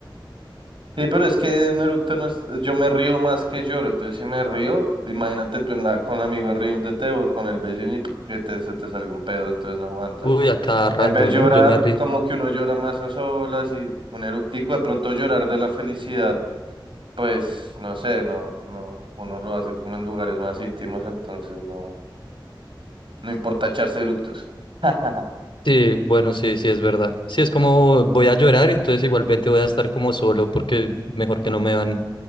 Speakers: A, on the right (about 80°); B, on the left (about 75°).
A: Sí, pero es que un eructo no es, yo me río más que lloro, entonces si me río, imagínate tú en la, con amigos riéndote o con el vecino y p- que te, se te salga un pedo, entonces no aguanta.
B: Uy, a cada rato,
A: En vez de llorar,
B: ¿no? Yo me río.
A: como que uno llora más a solas y un eructico, de pronto llorar de la felicidad Pues no sé, no, no, uno lo hace como en lugares más íntimos, entonces no, no importa echarse eructos. <laughs>
B: Sí, bueno, sí, sí, es verdad. Sí, es como voy a llorar, entonces igualmente voy a estar como solo porque mejor que no me van,